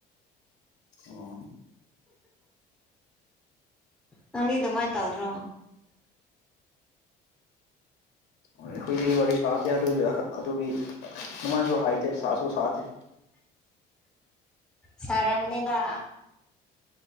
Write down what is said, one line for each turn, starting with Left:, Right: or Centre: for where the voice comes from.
Left: ꯑꯣ
Centre: ꯅꯪꯗꯤ ꯑꯗꯨꯃꯥꯏ ꯇꯧꯗ꯭ꯔꯣ
Left: ꯍꯣꯏ ꯑꯩꯈꯣꯏꯗꯤ ꯋꯥꯔꯤ ꯁꯥꯗ ꯌꯥꯗꯕꯒꯤ ꯑ ꯑꯗꯨꯒꯤ ꯑꯗꯨꯃꯥꯏꯅꯁꯨ ꯍꯥꯏꯇꯦ ꯁꯥꯁꯨ ꯁꯥꯗꯦ
Centre: ꯁꯥꯔꯝꯒꯅꯤꯗꯥ